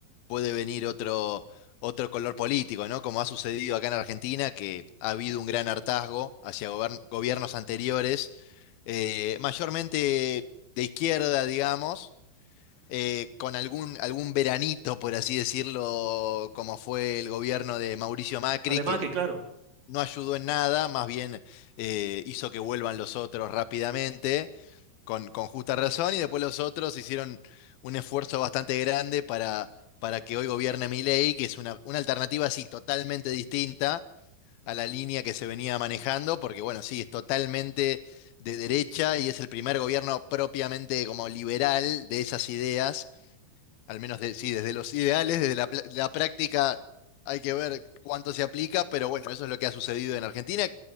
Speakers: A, on the left (about 80°); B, on the right (about 40°).
A: puede venir otro, otro color político, ¿no? Como ha sucedido acá en Argentina, que ha habido un gran hartazgo hacia gobern- gobiernos anteriores, eh, mayormente de izquierda, digamos. eh, con algún, algún veranito, por así decirlo, como fue el gobierno de Mauricio Macri,
B: Además
A: que
B: que, claro.
A: no ayudó en nada, más bien eh, hizo que vuelvan los otros rápidamente, con, con justa razón, y después los otros hicieron un esfuerzo bastante grande para, para que hoy gobierne Milei, que es una, una alternativa así totalmente distinta a la línea que se venía manejando, porque bueno, sí, es totalmente de derecha y es el primer gobierno propiamente como liberal de esas ideas al menos, de- sí, desde los ideales, desde la, pla- la práctica hay que ver cuánto se aplica, pero bueno, eso es lo que ha sucedido en Argentina.